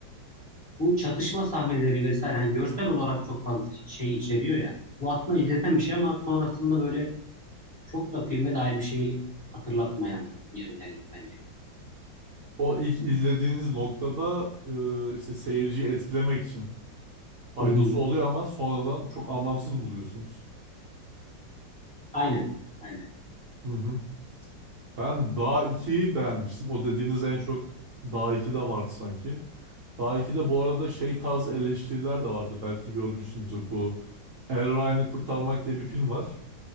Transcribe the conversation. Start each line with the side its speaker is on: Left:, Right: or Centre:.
Centre: Bu çatışma sahneleri vesaire hani görsel olarak çok fazla şey içeriyor ya. Bu aslında izleten bir şey ama sonrasında böyle çok da filme dair bir şeyi hatırlatmayan bir özellik bence.
Right: O ilk izlediğiniz noktada e, işte seyirciyi etkilemek için faydası
Centre: Hı hı.
Right: oluyor ama sonradan çok anlamsız buluyorsunuz.
Centre: Aynen. Aynen.
Right: Hı hı. Ben Dağ 2'yi beğenmiştim. O dediğiniz en çok Dağ 2'de vardı sanki. Dağ 2'de bu arada şey tarzı eleştiriler de vardı. Belki görmüşsünüzdür bu. Er Ryan'ı Kurtarmak diye bir film var.